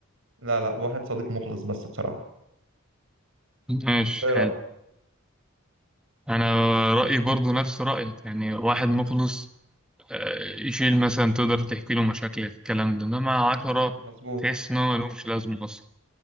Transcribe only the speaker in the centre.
ماشي
حلو
أنا رأيي برضو نفس رأيك يعني واحد مخلص آه، يشيل مثلا تقدر تحكي له مشاكل الكلام ده انما عشرة
تحس ان هو ملهمش لازمة اصلا